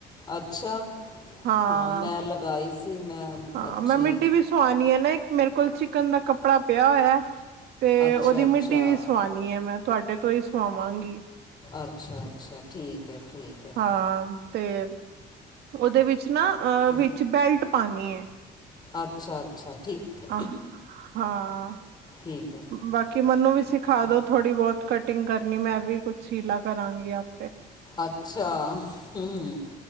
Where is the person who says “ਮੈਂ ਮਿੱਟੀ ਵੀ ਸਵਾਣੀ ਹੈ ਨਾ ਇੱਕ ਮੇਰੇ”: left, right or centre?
Right